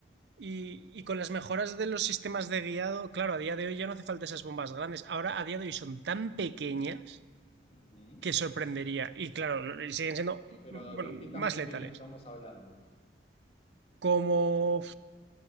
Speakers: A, on the right; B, on the left.
A: Y, y con las mejoras de los sistemas de guiado, claro, a día de hoy ya no hace falta esas bombas grandes. Ahora, a día de hoy, son tan pequeñas
B: Ujú.
A: que sorprendería. Y claro, lo- y siguen siendo,
B: Eh, Pero
A: mm, bueno,
B: ¿de qué tan
A: más
B: pequeño
A: letales.
B: estamos hablando?
A: Como